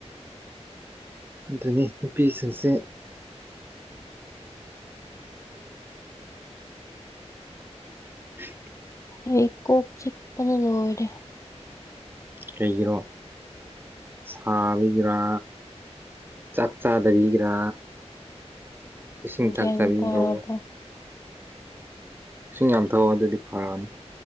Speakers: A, on the right; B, on the left.
A: ꯑꯗꯨꯅꯤ ꯅꯨꯄꯤꯁꯤꯡꯁꯦ꯫ <unintelligible>
B: ꯑꯩ ꯀꯣꯛ ꯆꯤꯛꯄꯅ ꯂꯣꯏꯔꯦ
A: ꯀꯩꯒꯤꯔꯣ꯫ ꯁꯥꯕꯤꯒꯔꯥ ꯆꯥꯛ ꯆꯥꯗꯕꯒꯤꯔꯥ ꯏꯁꯤꯡ ꯊꯛ
B: ꯒ꯭ꯌꯥꯟ
A: ꯇꯥꯕꯤꯔꯣ
B: ꯇꯥꯗ꯭ꯔꯦ
A: ꯏꯁꯤꯡ ꯌꯥꯝ ꯊꯛꯑꯣ ꯑꯗꯨꯗꯤ ꯐꯔꯛꯅꯤ